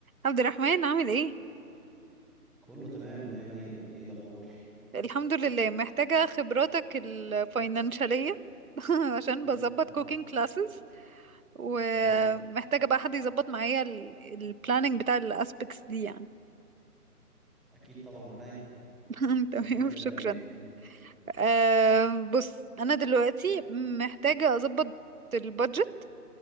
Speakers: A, on the right (about 60°); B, in the centre.
A: عبد الرحمن عامل ايه
B: كله تمام مية مية انت ايه الاخبار
A: الحمد لله محتاجة خبراتك الفاينانشالية <laughs> عشان
B: <laughs>
A: بظبط كوكينج كلاسز ومحتاجة
B: حلو
A: بقى حد يظبط معايا البلاننج بتاع الاسبكتس دي يعني
B: اكيد طبعا عينيا
A: <laughs> تمام
B: تحب نبدأ
A: شكرا
B: منين
A: أه بص انا دلوقتي محتاجة اظبط البادجت